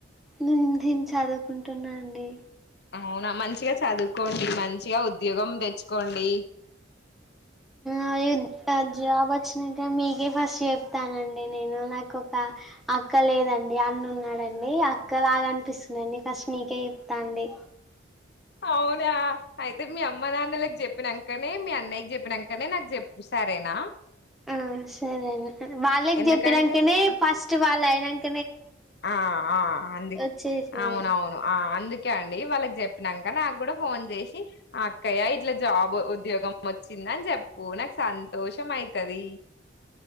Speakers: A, in the centre; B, on the left.
A: నేను ధిన్ చదువుకుంటున్నా అండి
B: అవునా మంచిగా చదువుకోండి మంచిగా ఉద్యోగం దెచ్చుకోండి.
A: ఆ అయ్యో జాబ్ వచ్చినాక మీకే ఫస్ట్ చెప్తానండి నేను నాకు ఒక అ క్క లేదండి అన్న ఉన్నాడండి అక్క లాగా అనిపిస్తుందండి ఫస్ట్ నీకే చెప్తా అండి
B: అవునా అయితే మీ అమ్మ నాన్నలకి జెప్పి నంకనే మీ అన్నయ్యకి జెప్పినంకనే నాకు జెప్పు సరేనా
A: ఆ సరే వాళ్ళకి
B: ఎందుకంటే
A: చెప్పినంకనే
B: ఆ
A: ఫస్ట్ వాళ్ళు అయినంకనే
B: ఆ ఆ అందుకే
A: వచ్చేసింది
B: అవునవును ఆ అందుకే అండి వాళ్ళకి చెప్పినాంక నాకు గూడా ఫోన్ చేసి అక్కయ్య ఇట్లా జాబ్ ఉద్యోగం వచ్చిందని చె చెప్పు నాకు సంతోషం అయి తది